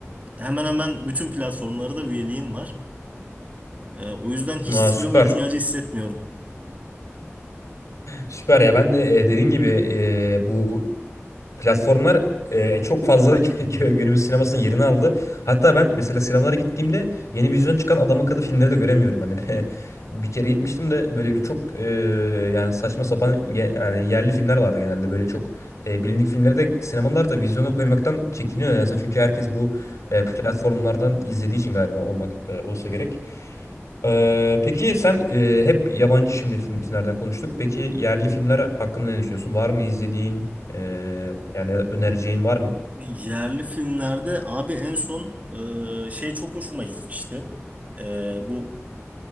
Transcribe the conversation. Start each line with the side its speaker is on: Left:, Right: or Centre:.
Right: hemen hemen bütün platformlara da üyeliğim var. E, o yüzden hiç
Left: Aa,
Right: sinema
Left: süper.
Right: ihtiyacı hissetmiyorum.
Left: Süper ya ben de e, dediğin gibi e, bu Platformlar e, çok fazla <laughs> günümüz sinemasının yerini aldı. Hatta ben mesela sinemalara gittiğimde yeni vizyona çıkan adam akıllı filmleri de göremiyorum. Hani <laughs> bir kere gitmiştim de böyle bir çok e, yani saçma sapan ye- yani yerli filmler vardı genelde. Böyle çok e, bilindik filmleri de sinemalar da vizyona koymaktan çekiniyor. Yani çünkü herkes bu e, platformlardan izlediği için galiba olmak e, olsa gerek. Ee, peki sen e, hep yabancı şimdi film- filmlerden konuştuk. Peki yerli filmler hakkında ne düşünüyorsun? Var mı izlediğin? Ee, yani önereceğin var mı?
Right: Yerli filmlerde abi en son e, şey çok hoşuma gitmişti. E, bu